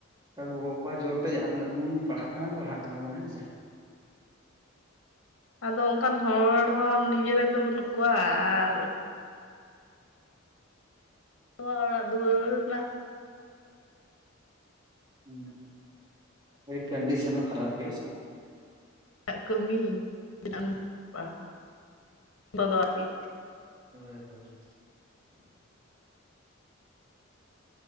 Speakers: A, on the right (about 20°); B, on the left (about 85°).
A: ᱠᱟ ᱜᱚᱜᱚᱼᱵᱟᱵᱟ ᱡᱳᱨ ᱛᱮ ᱡᱟᱦᱟᱸ ᱛᱤᱱᱟᱹᱜ ᱜᱮᱵᱚᱱ ᱯᱟᱲᱦᱟᱜ ᱠᱟᱱᱟ ᱯᱟᱲᱦᱟᱜ ᱠᱟᱱᱟ ᱵᱚᱱ ᱦᱮᱸ ᱥᱮ᱾
B: ᱟᱫᱚ ᱚᱝᱠᱟᱱ ᱦᱚᱲ ᱦᱚᱸ ᱱᱤᱡᱮᱨᱮᱱ ᱫᱚ ᱵᱟᱹᱱᱩᱜ ᱠᱚᱣᱟ ᱟᱨ ᱱᱚᱣᱟ ᱚᱲᱟᱜ ᱫᱩᱣᱟᱹᱨ ᱨᱮᱱᱟᱜ
A: ᱦᱩᱸ ᱠᱟᱹᱡ ᱠᱟᱱᱰᱤᱥᱚᱱ ᱠᱷᱟᱨᱟᱯ ᱜᱮ <unintelligible>
B: ᱠᱟᱹᱢᱤ ᱛᱤᱱᱟᱸᱜ ᱮᱢ ᱯᱟᱲᱦᱟᱜᱼᱟ᱾ ᱛᱚᱜ ᱫᱚ ᱟᱨᱠᱤ
A: ᱦᱳᱭ ᱦᱳᱭ